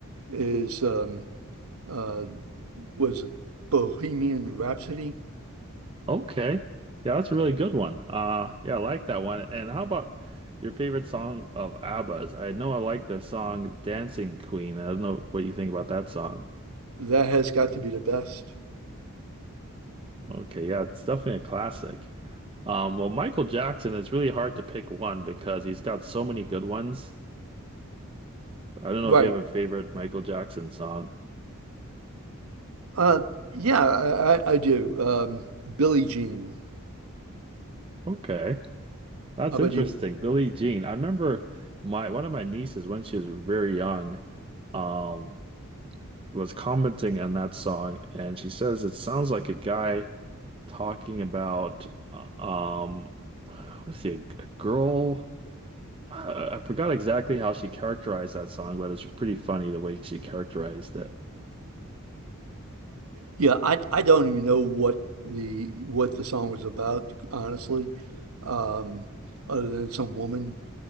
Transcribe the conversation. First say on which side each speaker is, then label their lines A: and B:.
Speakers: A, on the right (about 85°); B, on the right (about 25°).
A: is um, uh, was Bohemian Rhapsody.
B: Okay. Yeah, that's a really good one. Uh yeah, I like that one. And how about your favorite song of ABBA's? I know I like the song Dancing Queen. I don't know what you think about that song.
A: That has got to be the best.
B: Okay, yeah, it's definitely a classic. Um, well, Michael Jackson, it's really hard to pick one because he's got so many good ones. I don't
A: Right.
B: know if you have a favorite Michael Jackson song.
A: Uh, yeah, I, I I do. Um, Billie Jean.
B: Okay, that's
A: How about
B: interesting.
A: you?
B: Billie Jean. I remember my one of my nieces when she was very young. Um, was commenting on that song, and she says it sounds like a guy talking about uh, um, was he a, g- a girl? I, I forgot exactly how she characterized that song, but it's pretty funny the way she characterized
A: Yeah, I I don't even know what the what the song was about, honestly, um, other than some woman.